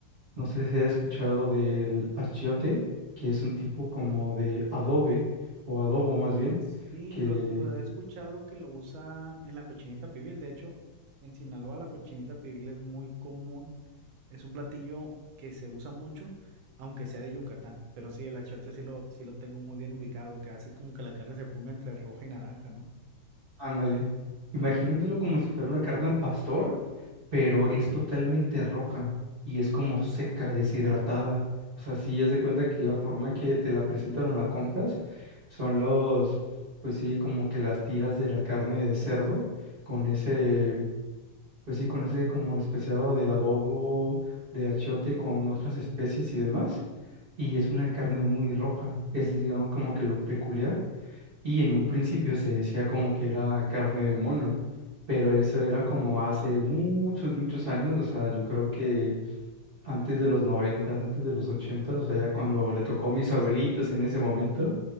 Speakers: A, on the right; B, on the right.
A: no sé si has escuchado del achiote, que es un tipo como de adobe, o adobo más bien,
B: Sí,
A: que,
B: lo, lo he escuchado que lo usan en la cochinita pibil. De hecho, en Sinaloa la cochinita pibil es muy común. Es un platillo que se usa mucho, aunque sea de Yucatán. Pero sí, el achiote sí lo, sí lo tengo muy bien ubicado, que hace como que la carne se ponga entre roja y naranja, ¿no?
A: ándale, imaginándolo como si fuera una carne al pastor, pero es totalmente roja y es como seca, deshidratada. O sea, si es de cuenta que la forma en que te la presentan o la compras son los, pues sí, como que las tiras de la carne de cerdo con ese Pues sí, con ese como especiado de adobo, de achiote con otras especies y demás. Y es una carne muy roja, es digamos como que lo peculiar. Y en un principio se decía como que era carne de mono, pero eso era como hace muchos, muchos años, o sea, yo creo que antes de los noventa antes de los ochenta o sea, ya cuando
B: <laughs>
A: le tocó a mis abuelitos
B: O sea,
A: en ese momento,